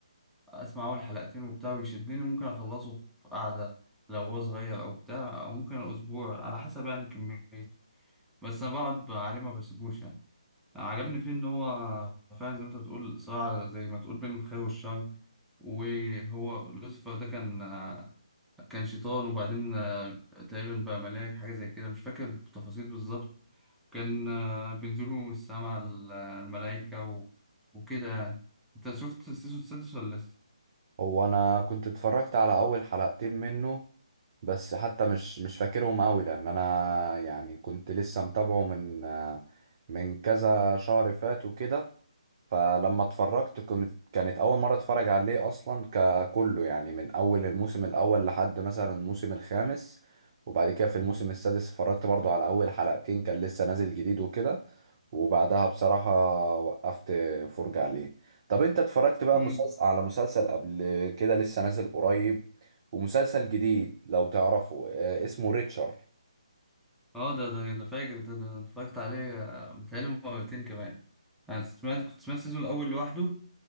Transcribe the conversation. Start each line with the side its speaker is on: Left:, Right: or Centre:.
Centre: اسمع اول حلقتين وبتاع ويشدني ممكن اخلصه في قعده لو هو صغير او بتاع او ممكن اسبوع على حسب يعني كميته بس انا بقعد عليه ما بسيبوش يعني عجبني فيه ان هو فعلا زي ما انت بتقول صراع زي ما تقول بين الخير والشر وهو لوسيفر ده كان كان شيطان وبعدين آه، تقريبا بقى ملاك حاجه زي كده مش فاكر التفاصيل بالظبط كان آه، بينزلوا من السما الملائكه و- وكده يعني انت شفت السيزون السادس ولا
Right: هو أنا كنت اتفرجت على أول حلقتين منه بس حتى مش مش فاكرهم أوي لأن أنا يعني كنت لسه متابعه من من كذا شهر فات وكده فلما اتفرجت كنت كانت اول مره اتفرج عليه اصلا ككله يعني من اول الموسم الاول لحد مثلا الموسم الخامس وبعد كده في الموسم السادس اتفرجت برضو على اول حلقتين كان لسه نازل جديد وكده وبعدها بصراحه وقفت فرجة عليه طب انت اتفرجت بقى
Centre: لسه؟
Right: مسلسل على مسلسل قبل كده لسه نازل قريب ومسلسل جديد لو تعرفه آه، اسمه ريتشارد
Centre: اه ده ده انا فاكر ده ده انا اتفرجت عليه آه، متهيألي مرتين كمان انا سمعت كنت سمعت السيزون الاول لوحده